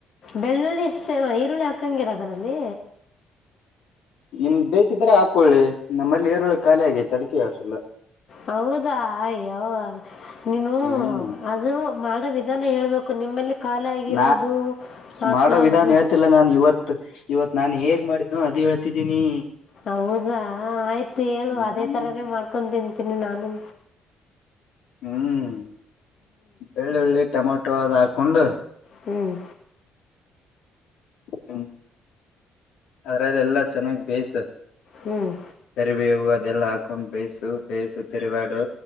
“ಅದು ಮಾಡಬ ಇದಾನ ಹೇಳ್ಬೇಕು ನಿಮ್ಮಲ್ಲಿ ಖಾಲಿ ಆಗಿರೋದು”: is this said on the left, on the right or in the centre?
Left